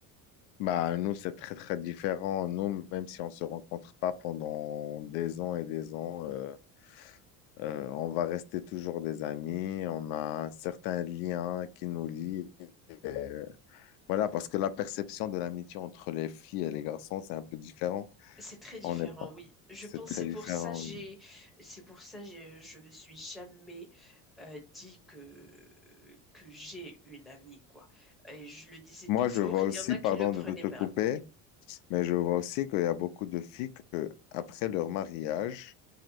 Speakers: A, on the left (about 80°); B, in the centre.
A: Bah, nous, c'est très, très différent. Nous, même si on se rencontre pas pendant des ans et des ans, euh, Euh, on va rester toujours des amis, on a certains liens qui nous lient. et voilà, parce que la perception de l'amitié entre les filles et les garçons, c'est un peu différent.
B: C'est très différent,
A: On n'est pas,
B: oui. Je
A: c'est
B: pense
A: très
B: que c'est pour
A: différent.
B: ça j'ai c'est pour ça j'ai je me suis jamais euh, dit que que j'ai une amie quoi. Et je le disais
A: Moi,
B: toujours,
A: je vois
B: il
A: aussi,
B: y en a
A: pardon
B: qui le prenaient
A: de te
B: mal.
A: couper, mais je vois aussi qu'il y a beaucoup de filles que, après leur mariage,